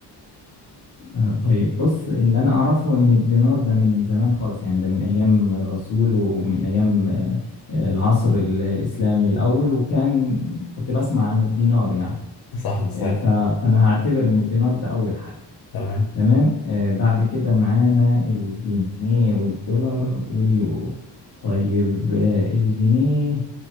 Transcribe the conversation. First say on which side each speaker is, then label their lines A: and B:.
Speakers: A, on the left; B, on the left.
A: آه، طيب بص اللي انا اعرفه ان الدينار ده من زمان خالص يعني ده من ايام الرسول ومن ايام آه، آه، العصر ال- الاسلامي الاول وكان كنت بسمع عن الدينار يعني
B: صح صحيح
A: آه، ف- فانا هعتبر ان الدينار ده اول حاجة
B: تمام
A: تمام آه، بعد كده معانا الجنيه والدولار واليورو طيب آه، الجنيه